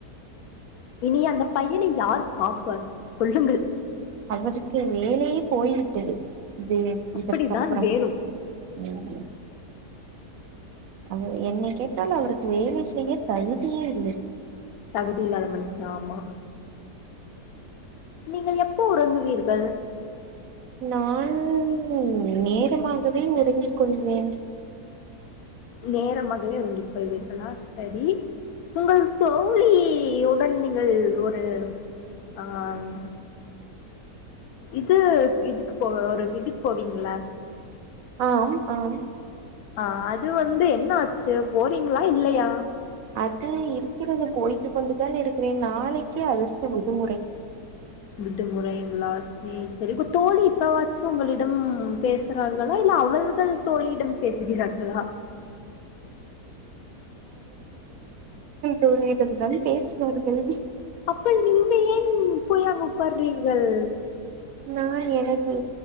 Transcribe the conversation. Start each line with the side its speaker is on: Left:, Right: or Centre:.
Left: இனி அந்த பையனை யார் பாப்பா சொல்லுங்கள்
Right: அவருக்கு வேலையே போய்விட்டது இது
Left: அப்படித்தான்
Right: இதற்கப்றம்
Left: வேணும்
Right: ம் ம் அவர் என்னை கேட்டால் அவருக்கு வேலை செய்ய தகுதியே இல்லை
Left: தகுதி இல்லாத மனுஷ ஆமா நீங்கள் எப் ப்ப உறங்குவீர்கள்
Right: நான் நேரமாகவே உறங்கிக் கொள்வேன்
Left: நேரமாகவே உறங்கிக் கொள்வீர்களா சரி உங்கள் தோளியுடன் நீங்கள் ஒரு ஆ ம் இது இதுக்கு போ ஒரு இதுக்கு போவீங்கள
Right: ஆம் ஆம்
Left: ஆ அது வந்து என்ன ஆச்சு போறீங்ளா இல்லயா
Right: அது இருக்கிறது போய்ட்டு கொண்டுதான் இருக்குறேன் நாளைக்கு அதற்கு விடுமுறை
Left: விடு முறைங்களா சேரி சேரி க்கு தோழி இப்பவா ச்சு உங்களிடம் பேசுறார்களா இல்ல அவர்கள் தோலியிடம் பேசுகிறார்களா
Right: தோலியிடம்தான் பேசுவார்கள்
Left: அப்ப நீங்க ஏன் போய் அங்க உக்கார்றீங் கள்
Right: நான் எனது